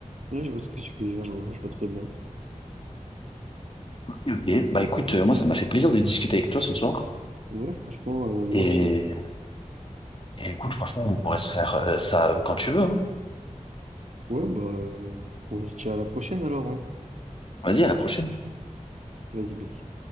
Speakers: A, on the right; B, on the left.
A: Ouais, je vois ce que tu veux dire, je vois, je vois très bien.
B: Ok, ok. Bah écoute, euh, moi, ça
A: Bon,
B: m'a fait plaisir de discuter avec toi ce soir.
A: ouais, franchement, euh, moi
B: Et,
A: aussi.
B: et écoute, franchement, on pourrait se faire euh, ça quand tu veux, hein.
A: Ouais, bah, euh, on se dit à la prochaine alors, hein.
B: Vas-y, à la prochaine.
A: Vas-y, mec.